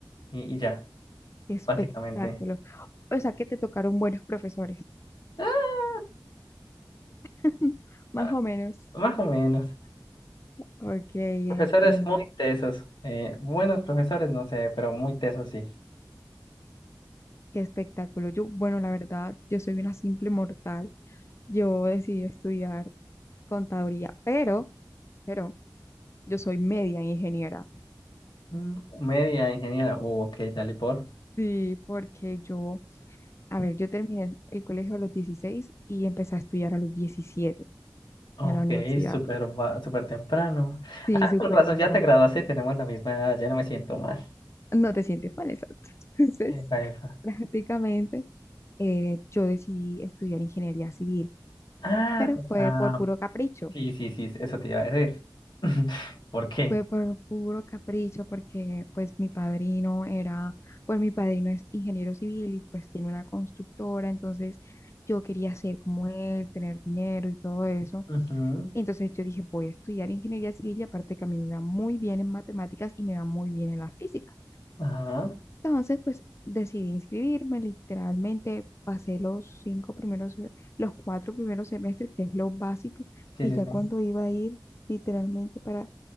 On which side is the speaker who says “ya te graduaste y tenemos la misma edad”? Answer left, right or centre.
Left